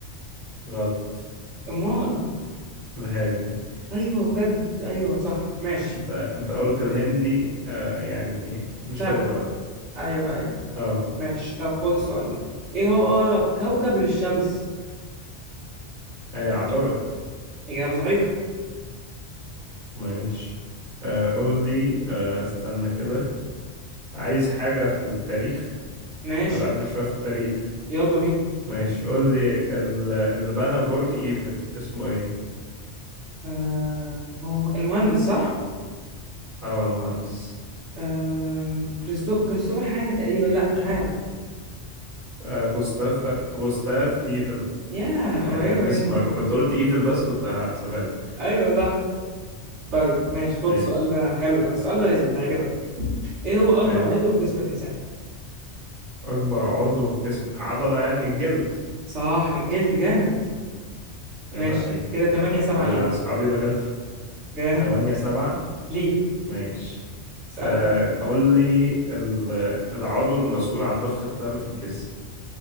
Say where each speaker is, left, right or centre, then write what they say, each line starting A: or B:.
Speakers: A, on the right (about 45°); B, on the right (about 70°).
A: غلط
B: أمال
A: الهادي
B: أيوه بجد أيوه صح ماشي
A: انت انت قلت الهندي آه يعني مش
B: شرق
A: هو لا
B: أيوه أيوه
A: اه
B: ماشي طب خد السؤال ده إيه هو أقرب كوكب للشمس؟
A: اي اعترض
B: إجابة صحيحة
A: ماشي آه قول لي آه استنى كده عايز حاجة في التاريخ
B: ماشي
A: احنا بقالنا شوية في التاريخ
B: يلا بينا
A: ماشي قول لي ال- اللي بنى برج ايفل اسمه ايه
B: آه هو المهندس صح؟
A: اه المهندس
B: آه كريستو... كريستوفر حاجة تقريبا لا مش عارف
A: آه غوستاف غوستاف ايفل
B: يا
A: يعني
B: قريبة
A: من اسمه
B: مني
A: انا كنت قلت ايفل بس كنت هحسبها لك
B: ايوه صح طيب ماشي خد
A: ماشي
B: السؤال ده حلو بقى السؤال ده لذيذ هيعجبك ايه هو اكبر
A: هاي
B: عضو في جسم الانسان
A: اكبر عضو في جسم عضلة يعني الجلد
B: صح الجلد جامد ماشي
A: عيب عليك
B: كده 8 7
A: أنا
B: ليك
A: أصحابي دكاترة
B: <laughs> جامد
A: تمانية سبعة
B: ليك
A: ماشي
B: اسأل
A: آه، أقول لي ال- العضو المسؤول عن ضخ الدم في الجسم